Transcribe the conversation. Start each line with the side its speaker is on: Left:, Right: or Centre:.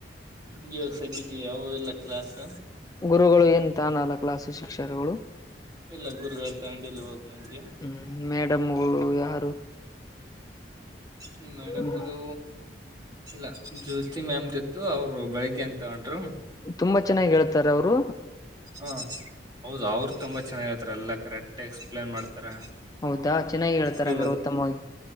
Right: ಹ ಇವಾಗ ಸತಿಿಕ ಅವಲ್ಲ ಕ್ಲಾಸ್
Left: ಗುರುಗಳು ಎನ್ ತಾನಲ್ಲ ಕ್ಲಾಸ್ ಶಿಕ್ಷಕಗಳು
Right: ಇಲ್ಲ ಗುರುಗಳು ತಗೊಂಡಿಲ್ಲ ಇವಾಗ ನಮ್ಗೆ
Left: ಹ್ಮ್ ಮೇಡಮ್ಗಳು ಯಾರು?
Right: ಹ್ಮ್ ಮೇಡಮ್ಗಳು.
Left: ಹ್ಮ್
Right: ಇಲ್ಲ ಜ್ಯೋತಿ ಮ್ಯಾಮ್ ದ ಇ ಅವ್ರು ಬೆಳಿಗ್ಗೆ ಎನ್ ತಗಂಡ್ರು
Left: ತುಂಬಾ ಚೆನ್ನಾಗಿ ಹೇಳ್ತಾರೆ ಅವ್ರು
Right: ಹಾ ಹೌದು ಅವರು ತುಂಬಾ ಚೆನ್ನಾಗಿತ್ತ ಎಲ್ಲ ಕರೆಕ್ಟ್ಕ್ಸ್ಪ್ಲೇನ್ ಮಾಡ್ತಾರೆ
Left: ಹೌದಾ ಚೆನ್ನಾಗಿ ಹೇಳ್ತಾರ
Right: ರವ
Left: ಹಂಗ್ರ ಉತ್ತಮವಾಗಿ